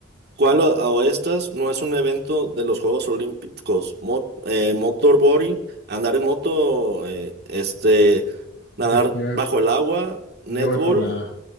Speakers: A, on the right; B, on the left.
A: ¿Cuál o o estas no es un evento de los Juegos Olímpicos? Mo- eh, motorboarding, andar en moto, eh, este. Nadar
B: Yo, yo,
A: bajo el agua, netball,
B: yo voy por la.